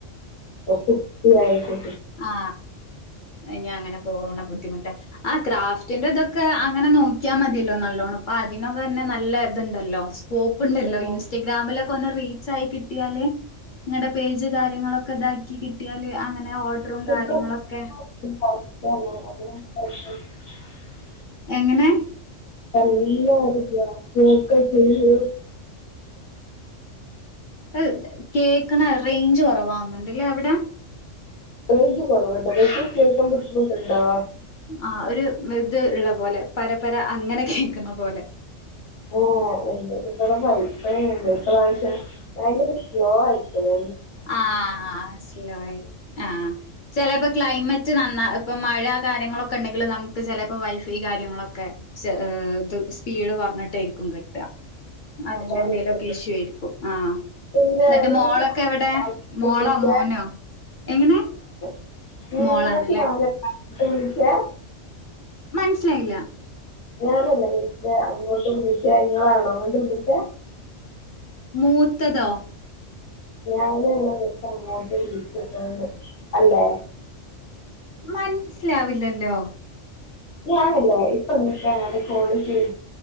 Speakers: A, on the left; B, on the left.
A: അ കുട്ടി ആയിട്ടേ
B: ആ ഇനി അങ്ങനെ പോണ ബുദ്ധിമു ട്ട് ആ ക്രാഫ്റ്റിന്റെ ഇതൊക്കെ അങ്ങനെ നോക്കിയാൽ മതിയല്ലോ നല്ലോണ്ണം അപ്പൊ അതിനൊക്കെ തന്നെ നല്ല ഇതുണ്ടല്ലോ സ് കോപ്പ് ഉണ്ടല്ലോ
A: ആഹ്
B: ഇൻസ്റ്റഗ്രാമിലൊ ക്കൊന്ന് റീച്ച് ആയി കിട്ടിയാല് നിങ്ങളടെ പേജ് കാര്യങ്ങളൊക്കെ ഇതാക്കി കിട്ടിയാല് അങ്ങനെ ഓ ഡ്റും
A: എല്ലാവരും
B: കാര്യങ്ങളൊക്കെ
A: <inaudible>
B: എങ്ങനെ
A: നല്ല ഒരു ഗ്രാഫ്റ്റ് വർക്ക് <unintelligible>
B: ആ കേക്കണ റേഞ്ച് കൊറവാന്നണ്ടല്ലേ അവിട
A: റേഞ്ച് കുറവുണ്ട് കേൾക്കാൻ ബുദ്ധിമു ട്ടുണ്ടോ
B: ആ ഒരു ഇത് ഉള്ള പോലെ പരപ്പര അങ്ങനെ കേൾക്കുന്ന പോലെ
A: ഓ <unintelligible> ഇവിടെ വൈഫൈ ഉണ്ട് ഇപ്രാവശ്യ ഭയങ്കര സ്ലോ ആയിട്ടാണ്
B: ആ സ്ലോ ആയി ആ ചിലത് ക്ലൈമറ്റ് നന്ന ഇപ്പൊ മഴ കാര്യങ്ങളൊക്കെ ഉണ്ടെങ്കിലും നമുക്ക് ചിലപ്പോ വൈഫൈ കാര്യങ്ങളൊക്കെ ഇത് സ്പീഡ് പറഞ്ഞിട്ടായിരിക്കും കിട്ടാ അതിന്റെ
A: അതാണ്
B: എന്തെലുമൊക്കെ
A: തോന്നുന്നത്
B: ഇഷ്യൂ ആയിരിക്കും ആ
A: പിന്നെ
B: എന്നിട്ട്
A: നിങ്ങൾക്ക്
B: മോള് എവിടെ മോളാ
A: വിളിച്ച
B: മോനോ എങ്ങനെ
A: <unintelligible>
B: മോളാണല്ലേ
A: വിളിച്ച
B: മനസിലായില്ല
A: ഞനല്ലേ അങ്ങോട്ട് വിളിച്ചാ ഇങ്ങളാണോ ഇങ്ങോട്ട് വിളിച്ചാ
B: മൂത്തതോ
A: ഞാനന്നെ ങ്ങക്ക് അങ്ങോട്ട് വിളിച്ചിട്ട അല്ലേ
B: മൻസിലാവില്ലല്ലോ
A: ഞാനല്ലേ ഇപ്പൊ ഇങ്ങൾക്ക് അങ്ങട്ട് കോൾ ചെയ്